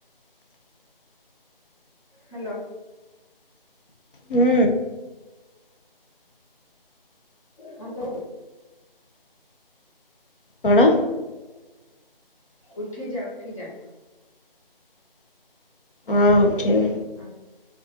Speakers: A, on the left; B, on the left.
A: ହାଲୋ।
B: ହୁଁ।
A: ହାଲୋ।
B: କଣ
A: ଉଠିଯା ଉଠିଯା।
B: ହଁ ଉଠିବି।
A: ଆ